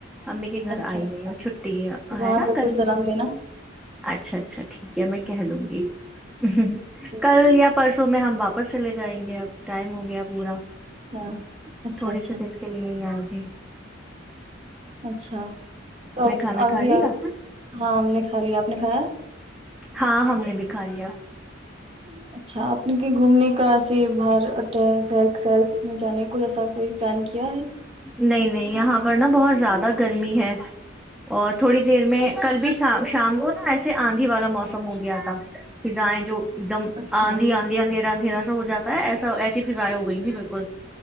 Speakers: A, in the centre; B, on the right (about 30°).
A: امی کے گھر
B: اچھا
A: آئی
B: اچھا
A: ہوئی ہوں چھٹی ہے
B: وہاں
A: نا
B: سب
A: گھر
B: کو سلام دینا
A: اچھا اچھا ٹھیک ہے میں کہہ لوں گی <inaudible> ہ
B: ٹھیک
A: کل یا <inaudible> پرسوں میں ہم واپس چلے جائیں گے اب ٹائم ہو گیا اب پا
B: ہاں اچھا
A: تھوڑے
B: اچھا
A: سے دن کے لیے ہی آ ج <inaudible>
B: اچھا تو اب
A: کھانا
B: آگے
A: کھا لیا
B: ا ہاں ہم نے کھا لیا آپ نے کھایا
A: ہاں ہم نے بھی کھا لیا
B: ٹھیک <inaudible> اچھا اپپنے کے گھومنے کا بار اٹ سرک سرک میں جانے کوچھ ایسا کوئی پلان کیا ہے
A: نہیں نہیں یہاں پر نا بہت زیادہ گرمی ہے اور تھوڑی دیر میں کل بھیا شام کو نا ایسے آندھی والا موسم ہو گیا تھا کہ جائیں جو ایک دم
B: اچھا
A: آندی آندی آ دھیا سا ہواتا ہے ایسا ایسی فضائیں ہو گئی تیں بالکل